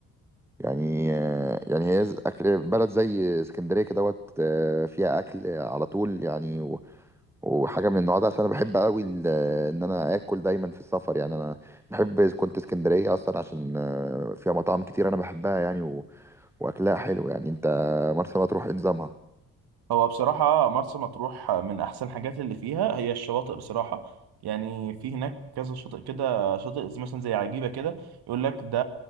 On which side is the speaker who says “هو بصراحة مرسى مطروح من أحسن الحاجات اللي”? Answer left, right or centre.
Right